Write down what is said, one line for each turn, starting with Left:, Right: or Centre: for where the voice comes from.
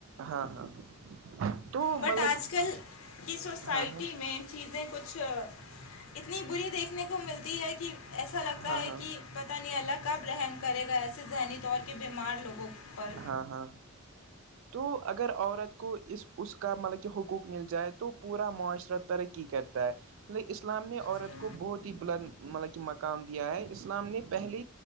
Right: ہاں ہاں تو
Left: بٹ
Right: مطلب
Left: آج کل کی سوسائٹی
Right: ہاں ہاں
Left: میں چیزیں کچھ اتنی بری دیکھنے کو ملتی ہے کہ ایسا لگتا
Right: ہاں
Left: ہے
Right: ہاں
Left: کہ پتہ نہیں اللہ کب رحم کرے گا ایسے ذہنی طور کے بیمار لوگوں پر
Right: ہاں ہاں تو اگر عورت کو اس اس کا مطلب کہ حقوق مل جائے تو پورا معاشرہ ترقی کرتا ہے اسلام نے عورت
Left: جی
Right: کو بہت ہی بلند مطلب کہ مقام دیا ہے اسلام نے پہلے